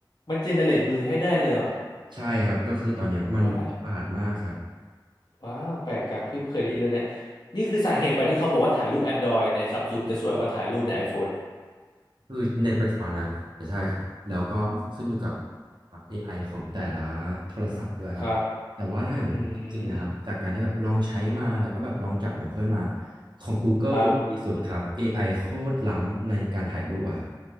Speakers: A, on the left (about 60°); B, on the right (about 70°).
A: มันเจเนเรตมือให้ได้เลยเหรอ
B: ใช่ครับก็คือตอนเนี้ยมันฉลาดมากครับ
A: ว้าวว้าวแปลกจังพี่ไม่เคยได้ยินเรื่องเนี้ยนี่คือสาเหตุไปที่เขาบอกว่าถ่ายรูป Android ในซัมซุงจะสวยกว่าถ่ายรูปใน iPhone
B: คือในปัจจุบันนะใช่ครับแล้วก็ขึ้นอยู่กับ AI ของแต่ละโทรศัพท์ด้วยครับแต่ว่าถ้าให้ผมจริงๆนะครับจากการที่แบบลองใช้มาแล้วก็แบบลองจับของเพื่อนมา
A: ครับอืม
B: ของ Google
A: ครับ
B: ดีสุดครับ AI โคตรล้ำในการถ่ายรูปอะครับ